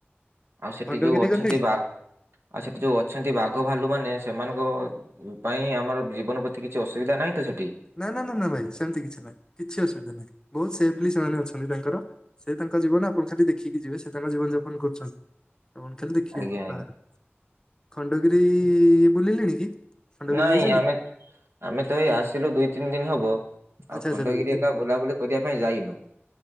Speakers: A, on the right (about 65°); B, on the left (about 20°).
A: ଆଉ ସେଠି
B: ଖଣ୍ଡଗିରି
A: ଯୋଉ ଅଛନ୍ତି
B: ଗଲେଣି
A: ବା ଆଉ ସେଠି ଯୋଉ ଅଛନ୍ତି ବାଘ ଭାଲୁ ମାନେ ସେମାନଙ୍କ ଏ ପାଇଁ ଆମର ଜୀବନ ପ୍ରତି କିଛି ଅସୁବିଧା ନାହିଁ ତ ସେଠି
B: ନା, ନା, ନା, ନା ଭାଇ ସେମିତି କିଛି ନାହିଁ କିଛି ଅସୁବିଧା ନାହିଁ ବହୁତ ସେଫଲି ସେମାନେ ଅଛନ୍ତି ତାଙ୍କର। ସେ ତାଙ୍କ ଜୀବନ ଆପଣ ଖାଲି ଦେଖିକି ଯିବେ ସେ ତାଙ୍କ ଜୀବନ ଯାପନ କରୁଛନ୍ତି। କଣ ଖଲି ଦେଖିବେ
A: ଆଜ୍ଞା ଆଜ୍ଞା
B: ବାହାରୁ ଖଣ୍ଡଗିରି ବୁଲିଲିଣି କି? ଖଣ୍ଡଗିରି
A: ନାଇଁ
B: ଯାଇଛନ୍ତି
A: ଆମେ ଆମେ ତ ଏଇ ଆସିଲୁ ଦୁଇ ତିନି ଦିନ ହବ ଆଉ
B: ଆଚ୍ଛା ଆଚ୍ଛା
A: ଖଣ୍ଡଗିରି
B: ଦୁଇ ତିନି
A: ଏକା
B: ଦିନ।
A: ବୁଲାବୁଲି କରିବା ପାଇଁ ଯାଇନୁ।